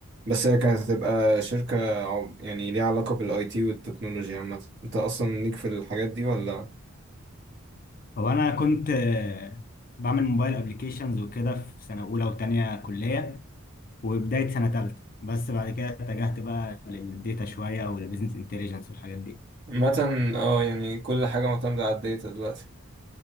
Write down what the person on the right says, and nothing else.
بس هي كانت هتبقى شركة عم- يعني ليها علاقة بالاي تي والتكنولوجيا عامة انت اصلا ليك في الحاجات دي ولا
مثلا اه يعني كل حاجة معتمدة على الداتا دلوقتي